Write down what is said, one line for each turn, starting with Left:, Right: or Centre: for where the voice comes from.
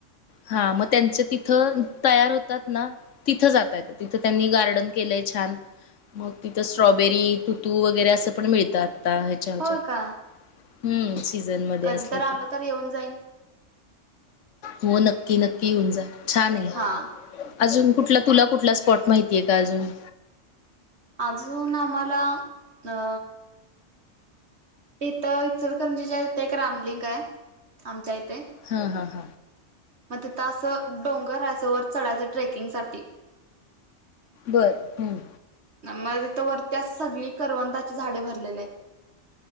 Left: हा मग त्यांच तिथं तयार होतात. ना तिथं जातय तिथं त्यांनी गार्डन केलंय छान. मग तिथं स्ट्रॉबेरी तुतू वगैरे असं पण मिळतात. ह्याच्या हच्यात
Right: होय का?
Left: हम्म सीझन मध्ये
Right: कधी
Left: असलं
Right: तर आलो
Left: की.
Right: तर येऊन जाईन.
Left: हो नक्की नक्की येऊन जा छान आहे.
Right: हा
Left: अजून कुठला तुला कुठला स्पॉट माहितीय का अजून.
Right: अजून आम्हाला अ तिथं इचरकरंजिच्या इथ एक रामलिंगाय आमच्या इथे
Left: ह-ह-ह.
Right: म तीतं आसं डोंगराय असं वर चढायचं ट्रेकिंगसाठी
Left: बर हम्म.
Right: म तितं वरती असं सगळी करवंदाची झाडं भरलेली आहेत.